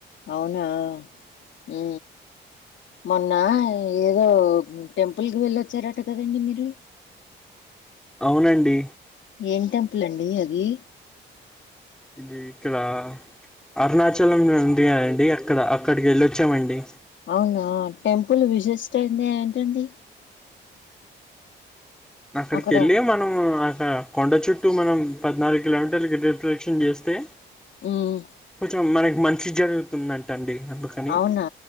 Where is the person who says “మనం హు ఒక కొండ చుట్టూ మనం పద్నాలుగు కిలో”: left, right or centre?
Centre